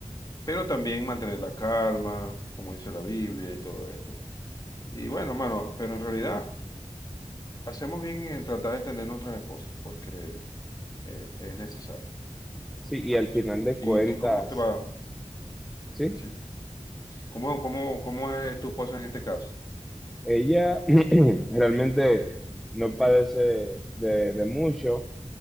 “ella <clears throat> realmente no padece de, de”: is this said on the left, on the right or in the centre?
Centre